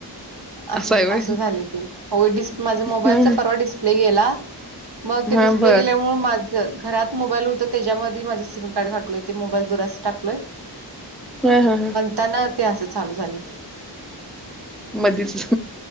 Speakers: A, on the right (about 65°); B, in the centre.
A: अस झालं
B: आहे व्हय
A: असं झाले ते अहो डिस्प् माझ मोबाईलचा
B: हं
A: परवा डिस्प्ले गेला मग ते
B: हा
A: डिस्प्ले
B: बर
A: ग केल्यामुळेळ माझ घरात मोबाईल होत त्याच्यामध्ये माझं सिम कार्ड घातलोय ते मोबाईल दुरूस्त टाकलोय
B: हा हा हा
A: आता ना ते असं चालू झालय
B: मधीच